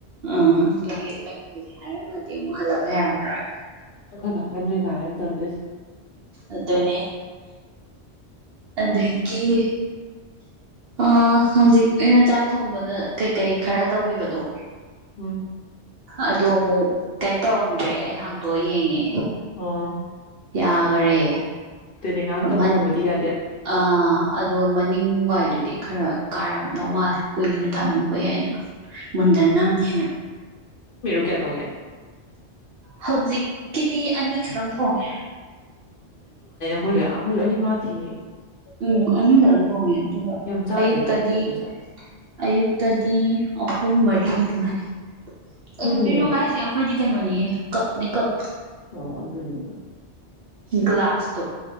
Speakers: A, on the right; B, on the left.
A: ꯎꯝ ꯑꯗꯨꯒꯤ ꯂꯩꯊꯁꯦ ꯍꯥꯏꯔꯝꯃꯗꯤ ꯑꯃꯨꯛ ꯍꯜꯂꯛꯄ ꯌꯥꯔꯝꯃꯔꯣꯏ
B: ꯑꯣꯏ ꯒꯔ ꯒꯔ ꯇꯗ
A: ꯑꯗꯨꯅꯦ ꯑꯗꯒꯤ ꯑ ꯍꯧꯖꯤꯛ ꯏ ꯆꯥꯛ ꯊꯣꯡꯕꯗ ꯀꯩꯀꯩ ꯈꯔ ꯇꯧꯈꯤꯕꯗꯣ
B: ꯎꯝ
A: ꯑꯗꯨ ꯑꯃꯨꯛ ꯀꯩꯝ ꯇꯧꯔꯝꯗ꯭ꯔꯦ ꯑꯩ ꯍꯥꯡꯗꯣꯛꯑ ꯌꯦꯡꯉꯦ
B: ꯑ
A: ꯌꯥꯈꯔꯦ
B: ꯇꯅꯦ ꯀꯥꯥꯛꯗ
A: ꯃꯟ
B: ꯑꯣꯝꯗꯤꯗꯦ
A: ꯑꯥ ꯑꯗꯨꯒ ꯃꯅꯤꯡ ꯋꯥꯏꯗꯨꯗꯤ ꯈꯔ ꯀꯥꯔꯝꯗꯧ ꯃꯥꯜꯂꯦ ꯀꯨꯏꯅ ꯊꯝꯃꯨꯕ ꯌꯥꯏꯅ ꯃꯟꯗꯟꯅꯝ ꯅꯅ
B: ꯀ ꯇꯣꯡꯉꯦ
A: ꯍꯧꯖꯤꯛꯀꯤꯗꯤ ꯑꯅꯤ ꯈꯛꯇꯪ ꯊꯣꯡꯉꯦ
B: ꯑꯩꯣꯏ ꯑꯩꯣꯏ ꯑꯅꯤꯐ ꯊꯤ
A: ꯎꯝ ꯑꯅꯤꯈꯛꯪ ꯊꯣꯡꯉꯦ ꯑꯗꯨꯒ
B: ꯌꯥꯝ ꯆꯥꯗꯦꯅ
A: ꯑꯌꯨꯛꯇꯗꯤ
B: ꯑꯗꯨꯗꯤ ꯑꯩꯈꯣꯏꯁꯦ
A: ꯑꯌꯨꯛꯇꯗꯤ ꯑꯍꯨꯝ ꯃꯔꯤ ꯑꯗꯨꯃꯥꯏꯅ
B: ꯀꯩꯅꯣ
A: ꯑꯦ ꯃꯤꯔꯨꯒꯥꯏꯁꯦ ꯑꯩꯈꯣꯏꯗꯤ ꯀꯩꯅꯣ ꯋꯥꯅꯤꯌꯦ ꯀꯞꯅꯦ ꯀꯞ
B: ꯑꯣ ꯑꯗꯨ ꯑꯗꯨꯅꯦꯕ
A: ꯒ꯭ꯂꯥꯁꯇꯣ